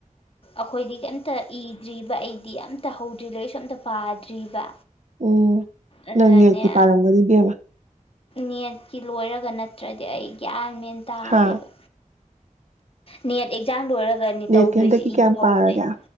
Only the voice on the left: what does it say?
ꯑꯩꯈꯣꯏꯗꯤ ꯀꯩꯝꯇ ꯏꯗ꯭ꯔꯤꯕ ꯑꯩꯗꯤ ꯑꯝꯇ ꯍꯧꯗ꯭ꯔꯤ ꯂꯩꯁꯣꯝꯇ ꯄꯥꯗ꯭ꯔꯤꯕ
ꯑꯗꯨꯅꯅꯦ
ꯅꯦꯠꯀꯤ ꯂꯣꯏꯔꯒ ꯅꯠꯇ꯭ꯔꯗꯤ ꯑꯩ ꯒ꯭ꯌꯥꯟ ꯃꯦꯟ ꯇꯥꯗꯦꯕ
ꯃꯤꯍꯠ ꯑꯦꯖꯥ ꯂꯨꯔ ꯐꯒꯅꯤ
ꯇꯧꯗꯣꯏꯁꯦ
ꯏꯕ
ꯍꯧꯗꯣꯏꯅꯦ